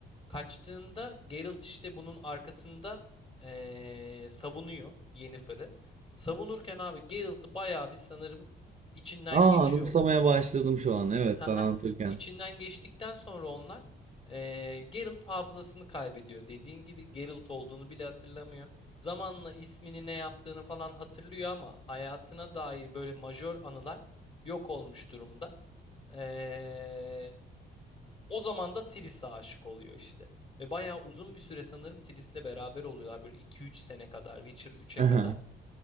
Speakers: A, on the left; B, on the right.
A: Kaçtığında Geralt işte bunun arkasında eee, savunuyor Yennefer'ı. Savunurken abi Geralt'ı bayağı bir sanırım içinden
B: Aa,
A: geçiyorlar.
B: anımsamaya başladım şu an. Evet,
A: Haha,
B: sen anlatırken.
A: içinden geçtikten sonra onlar eee Geralt hafızasını kaybediyor. Dediğin gibi Geralt olduğunu bile hatırlamıyor. Zamanla ismini ne yaptığını falan hatırlıyor ama hayatına dair böyle majör anılar yok olmuş durumda. Eee, o zaman da Triss'e aşık oluyor işte. Ve bayağı uzun bir süre sanırım Triss'le beraber oluyorlar. Böyle iki üç sene kadar, Witcher üç'e
B: Aha.
A: kadar.